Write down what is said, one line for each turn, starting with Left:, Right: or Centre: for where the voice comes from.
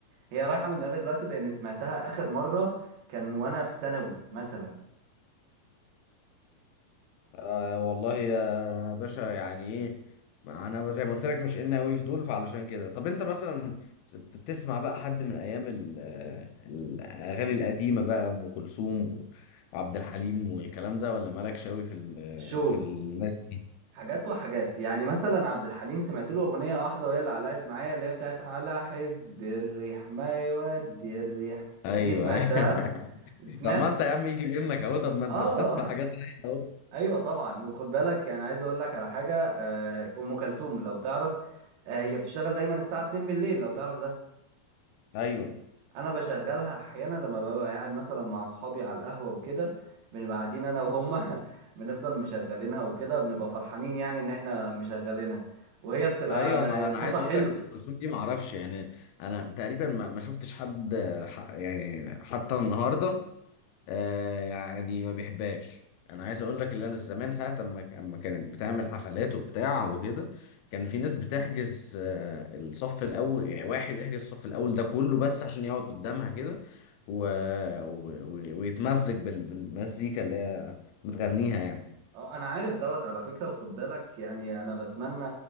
Right: هي رايحة من دماغي دلوقتي لان سمعتها اخر مرة كان وانا في ثانوي مثلا
Left: آه والله يا باشا يعني ايه ما انا زي ما قلت لك مش ان قوي في دول فعلشان كده طب انت مثلا بت- بتسمع بقى حد من ايام ال- آه، الاغاني القديمة بقى ام كلثوم وعبد الحليم والكلام ده ولا مالكش قوي في ال- آه،
Right: شوف
Left: في الناس
Right: حاجات وحاجات يعني مثلا عبد الحليم سمعت له اغنية واحدة وهي اللي علقت معايا اللي هي بتاعت على حزب الريح ما يودي الريح
Left: ايوه
Right: دي سمعتها
Left: ايوه <laughs>
Right: سمعت
Left: طب ما انت يا عم يجي منك اهو طب ما
Right: اه
Left: انت بتسمع حاجات
Right: <laughs>
Left: رايقه اهو
Right: ايوه طبعا وخد بالك يعني عايز اقول لك على حاجه آه، ام كلثوم لو تعرف آه، هي بتشتغل دايما الساعه 2 بالليل لو تعرف ده
Left: ايوه
Right: انا بشغلها احيانا لما ببقى قاعد مثلا مع اصحابي على القهوه وكده بنبقى قاعدين انا وهم <laughs> بنفضل مشغلينها وكده بنبقى فرحانين يعني ان احنا مشغلينها وهي بتبقى
Left: ايوه ما انا
Right: صوتها
Left: عايز
Right: حلو
Left: اقول لك ام كلثوم دي ما اعرفش يعني انا تقريبا ما ما شفتش حد ح- يعني حتى النهارده آه يعني ما بيحبهاش انا عايز اقول لك اللي انا زمان ساعه اما اما كانت بتعمل حفلات وبتاع وكده كان في ناس بتحجز آه الصف الاول يعني واحد يحجز الصف الاول ده كله بس عشان يقعد قدامها كده و... و... و- ويتمزج بال... بالمزيكا اللي هي متغنيها يعني
Right: اه انا عارف دوت على فكرة وخد بالك يعني انا بتمنى